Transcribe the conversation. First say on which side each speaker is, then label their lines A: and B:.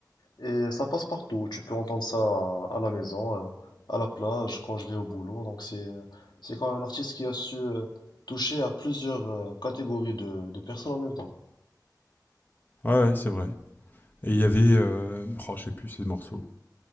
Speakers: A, on the left; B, on the left.
A: et ça passe partout. Tu peux entendre ça à, à la maison, euh, à la plage, quand je vais au boulot. Donc c'est euh, c'est quand même un artiste qui a su euh, toucher à plusieurs euh, catégories de, de personnes en même temps.
B: ouais, c'est vrai. Et il y avait, euh, oh, je sais plus ces morceaux.